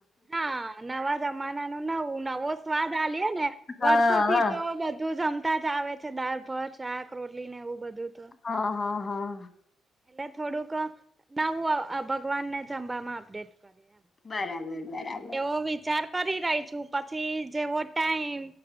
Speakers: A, on the right; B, on the left.
A: હા નવા જમાના નુ નવું નવો સ્વાદ આલીએ ને
B: હા
A: વર્ષોથી
B: હા
A: તો બધું જમ બતાજ આવે છે દાળ ભાત શાક રોટલી ને એવું બધું તો
B: હા હા હા
A: એટલે થોડુંક નવું ભગવાનને જમવામાં અપડેટ કરીએ એમ
B: બરાબર બરાબર
A: તો વિચાર કરી રહી છું પછી જેવો ટાઈમ